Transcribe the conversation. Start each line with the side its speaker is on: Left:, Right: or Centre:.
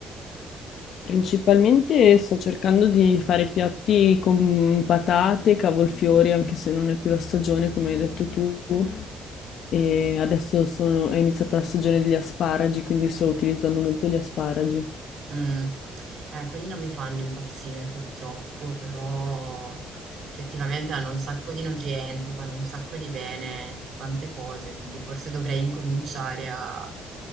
Left: Principalmente sto cercando di fare piatti con patate, cavolfiori, anche se non è più la stagione, come hai detto tu. E adesso sono- è iniziata la stagione degli asparagi, quindi sto utilizzando molto gli asparagi.
Right: Mm. Eh, quelli non mi fanno impazzire purtroppo, però effettivamente hanno un sacco di nutrienti, fanno un sacco di bene per tante cose, quindi forse dovrei incominciare a,